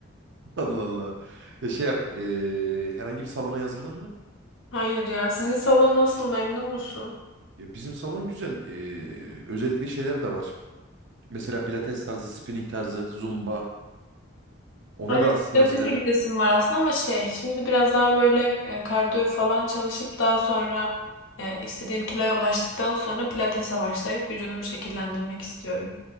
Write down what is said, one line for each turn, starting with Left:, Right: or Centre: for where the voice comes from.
Right: Allah Allah. Ya şey yap. eee, herhangi bir salona yazıldın mı?
Left: Hayır ya. Sizin salon nasıl? Memnun musun?
Right: Ya bizim salon güzel. Eee, özellikle şeyler de var. Mesela pilates tarzı, spinning tarzı, zumba. Onlar
Left: Evet,
Right: da aslında
Left: pilatese
Right: mesela.
Left: gidesim var aslında ama şey, şimdi biraz daha böyle e, kardiyo falan çalışıp daha sonra e, istediğim kiloya ulaştıktan sonra pilatese başlayıp vücudumu şekillendirmek istiyorum.